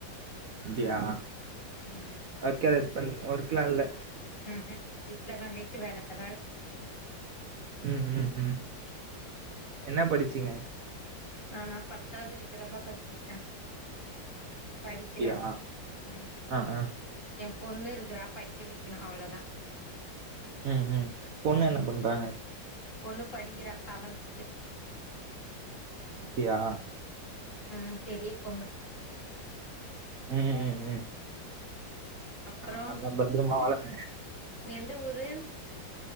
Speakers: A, on the right; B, on the left.
A: அப்டியா
B: ம்
A: ஒர்க் ஏதாச்சு பண் ஒர்க்லா இல்ல
B: ம் ம் வீட்ல தா வீட்டு வேலதா ருக்கு
A: ம் ம் ம் என்ன படிச்சீங்க
B: நானா பத்தாவ்து வரைக்குந்தாப்பா படிச்சிருக்கே படிக்கில
A: அப்டியா
B: ம்
A: ஆ ஆ
B: எ பொண்ணு இருக்குறா படிக்க வெக்ணு அவ்ளோதா
A: ம் ம் பொண்ணு
B: ஆ
A: என்ன பண்றாங்க
B: பொண்ணு படிக்கிறா செவன்த்து
A: அப்டியா
B: அ பெரிய பொண்ணு
A: ம் ம் ம்
B: அப்புறோ
A: ஆ நல்லா பத்ரமா வளங்க
B: எந்த ஊரு